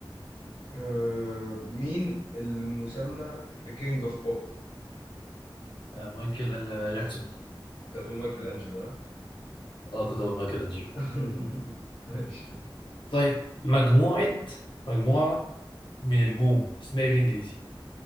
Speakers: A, on the left; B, on the left.
A: آه، مين المسمى بكينج اوف بوب؟
B: آه مايكل آه، جاكسون
A: كنت هتقول مايكل انجلو ها؟
B: اه كنت اقول مايكل انجلو
A: <laughs> ماشي
B: طيب مجموعة مجموعة من البوم اسمها ايه بالانجليزي